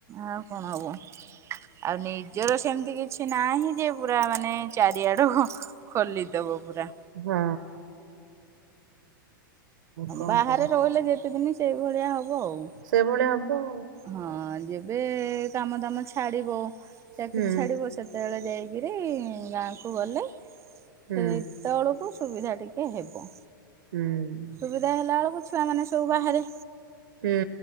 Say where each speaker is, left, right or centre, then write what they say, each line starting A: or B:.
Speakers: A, on the right (about 25°); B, on the right (about 75°).
A: ଆଉ କଣ ହବ ଆଉ ନିଜର ସେମିତି କିଛି ନାହିଁଯେ ପୁରା ମା ମାନେ ଚାରିଆଡ଼ୁ ହଁ ଖୋଲିଦବ ପୁରା।
B: ହଁ। କଣ
A: ବାହାରେ
B: କରିବା
A: ରହିଲେ ଯେତେ ଦିନ ସେଇ ଭଳିଆ ହବ ଆଉ।
B: ସେଭଳିଆ ହବ ଆଉ।
A: ହଁ ଯେବେ କାମ ଦାମ ଛାଡ଼ିବ ଚାକିରୀ
B: ହୁଁ
A: ଛାଡ଼ିବ ସେତେବେଳେ ଯାଇକିରି ଗାଁକୁ ଗଲେ ସେତେବେଳକୁ
B: ହୁଁ
A: କୁ ସୁବିଧା ଟିକେ ହେବ।
B: ହୁଁ।
A: ସୁବିଧା ହେଲା ବେଳକୁ ଛୁଆମାନେ ସବୁ ବାହାରେ।
B: ହୁଁ।